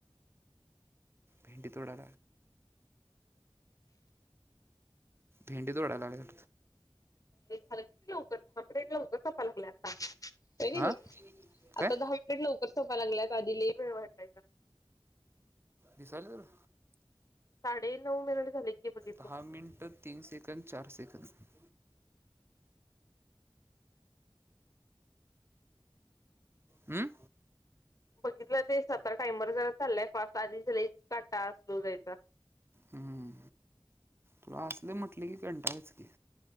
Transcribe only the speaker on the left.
झालं क लवकरचे लवकरपा लागला आता नाही ग
नाही आता
दहा मिनिट लवकर सोपा लागलाय तर आधला वेळ वाटाय का
साडे नऊ मीनीट झाले की बघितलो
बघितलं ते सतरा टाइमर जरा चाललाय फास्ट आधी काटा स्लो जायचा.